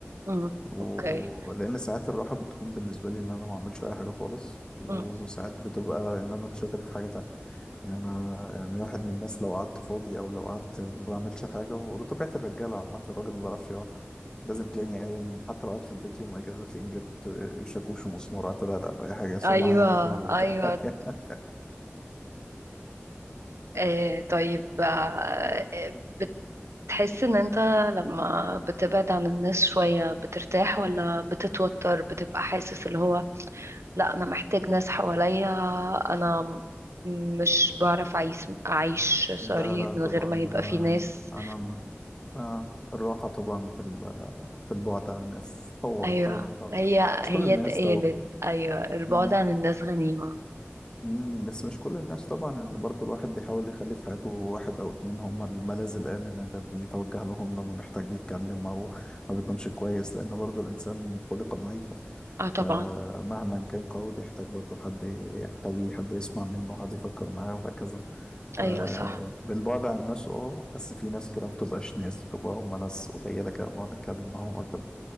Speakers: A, on the right; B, on the left.
A: امم
B: ولان
A: اوكي
B: ساعات الراحه بتكون بالنسبه لي ان انا ما اعملش اي حاجه خالص وساعات
A: امم
B: بتبقى ان انا اتشغل في حاجه تانية يعني أنا يعني واحد من الناس لو قعدت فاضي أو لو قعدت ما بعملش حاجة وده طبيعة الرجالة عامة الراجل ما بيعرفش يقعد لازم تلاقيني قايم حتى لو قعدت في البيت يوم أجازة تلاقيني جبت شاكوش ومسمار قعدت أدقدق في أي حاجة أصلح
A: ايوه
B: أي حاجة في البيت
A: ايوه
B: <laughs>
A: آه، طيب آه، آه، بتحس ان انت لما بتبعد عن الناس شوية بترتاح ولا بتتوتر بتبقى حاسس اللي هو لا انا محتاج ناس حواليا انا مش بعرف اعيش اعيش سوري
B: لا لا طبعا
A: من غير ما
B: أنا
A: يبقى في ناس
B: أنا آه الراحة طبعا في ال- في البعد عن الناس طبعا
A: ايوه
B: طبعا طبعا
A: هي
B: مش
A: هي
B: كل الناس
A: اتقالت ايوه البعد
B: طبعا
A: عن الناس غنيمة
B: مم، بس مش كل الناس طبعا ان برضو الواحد بيحاول يخلي في حياته واحد او اتنين هم الملاذ الامن اللي بيتوجه لهم لما بيحتاج يتكلم او ما بيكونش كويس لان برضو الانسان خلقه ضعيفة
A: اه
B: فمهما
A: طبعا
B: كان قوي بيحتاج برضو حد يحتويه حد يسمع منه حد يفكر معاه وهكذا فبالبعد
A: ايوه صح
B: عن الناس اه بس في ناس كده ما بتبقاش ناس بتبقى هم ناس قليلة كده بنقعد نتكلم معاهم وكده